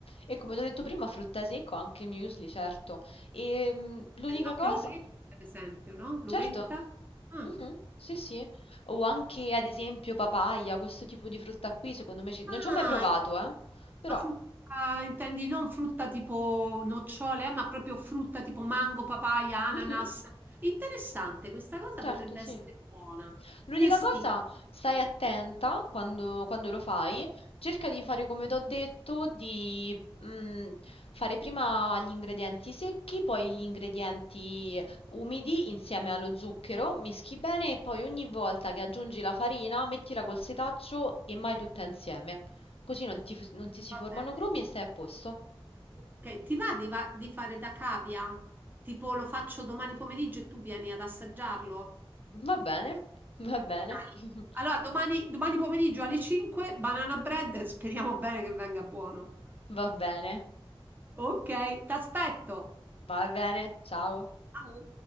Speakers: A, on the left (about 85°); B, on the right (about 20°).
A: E come ti ho detto prima, frutta secca, anche muesli, certo. E mm, l'unica
B: Anche
A: cosa
B: l'uvetta, per esempio, no? L'uvetta.
A: Certo.
B: Ah.
A: Mh-mh. Sì, sì. O anche ad esempio papaya, questo tipo di frutta qui secondo me ci non ci ho
B: Ah,
A: mai provato, eh, però
B: la frutta, intendi non frutta tipo nocciole, eh, ma proprio frutta tipo mango, papaya, ananas.
A: mh-mh,
B: Interessante, questa cosa
A: certo,
B: potrebbe
A: sì.
B: essere buona.
A: L'unica
B: Più estiva.
A: cosa, stai
B: Mm,
A: attenta quando, quando lo fai, cerca di fare come ti ho detto, di mm, fare prima gli ingredienti secchi, poi gli ingredienti umidi insieme allo zucchero, mischi bene e poi ogni volta che aggiungi la farina mettila col setaccio e mai tutta insieme. Così non ti, non ti si
B: Va
A: formano
B: bene.
A: grumi e stai a posto.
B: Ok, ti va di, va- di fare da cavia? Tipo lo faccio domani pomeriggio e tu vieni ad assaggiarlo?
A: Va bene, va bene,
B: Dai.
A: <laughs>
B: Allora, domani, domani pomeriggio alle 5, banana bread, <laughs> speriamo bene che venga buono.
A: va bene,
B: Ok, ti aspetto.
A: va bene, ciao.
B: Ciao.